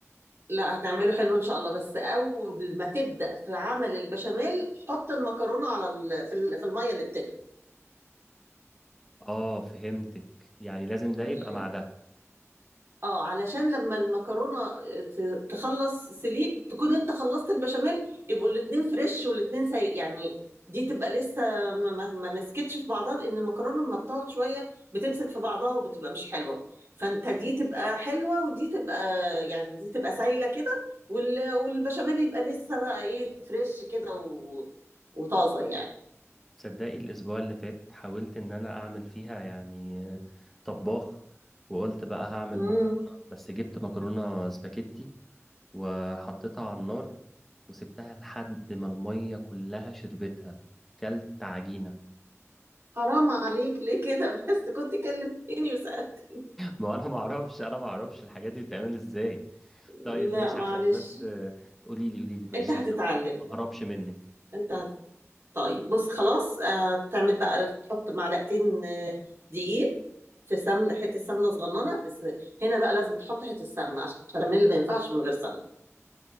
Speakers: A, on the right (about 55°); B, in the centre.
A: لا هتعمله حلو ان شاء الله بس اول ما تبدأ في عمل البشاميل حط المكرونة على ال... في ال- في المية اللي بتغلي
B: اه فهمتك يعني لازم ده
A: ماشي
B: يبقى مع ده
A: اه علشان لما المكرونه آه، ت- تخلص سليق تكون انت خلصت البشاميل يبقوا الاتنين فريش والاتنين سي يعني دي تبقى لسه ما ما- ما مسكتش في بعضها لان المكرونه لما بتقعد شويه بتمسك في بعضها وبتبقى مش حلوه فانت دي تبقى حلوه ودي تبقى يعني دي تبقى سايله كده وال- والبشاميل يبقى لسه بقى ايه فريش كده و- وطازه يعني
B: تصدقي الاسبوع اللي فات حاولت ان انا اعمل فيها يعني آه، طباخ وقلت بقى هعمل
A: امم
B: مكرونة بس جبت مكرونة سباكيتي وحطيتها على النار وسبتها لحد ما المية كلها شربتها كلت عجينة
A: حرام عليك ليه كده <laughs> بس كنت كلمتني وسألت
B: ما هو انا ما اعرفش انا ما اعرفش الحاجات دي بتتعمل ازاي طيب
A: لا
B: ماشي
A: معلش
B: عشان بس قولي لي قولي لي ماشي
A: انت هتتعلم
B: عشان ما اهربش منك
A: انت هت... طيب بص خلاص آه، تعمل بقى تحط معلقتين آه، دقيق في سمن حته سمنه صغننه بس هنا بقى لازم تحط حته سمنه عشان البشاميل ما ينفعش من غير سمنه